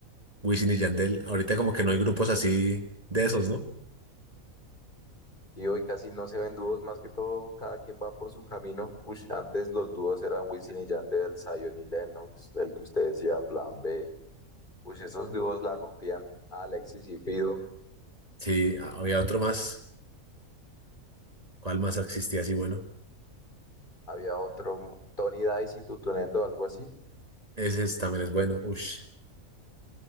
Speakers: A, on the right (about 25°); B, on the left (about 35°).
A: Wisin y Yandel. Ahorita como que no hay grupos así de esos, ¿no?
B: Y hoy casi no se ven dúos, más que todo cada quien va por su camino. Ush, antes los dúos eran Wisin y Yandel, Zion y Lennox, el que usted decía, Plan B. Ush, esos dúos la rompían. Alexis y Fido,
A: Sí, había otro más. ¿Cuál más existía así bueno?
B: había otro, Tony Dice y Tutunendo, algo así.
A: Ese es- también es bueno. Ush.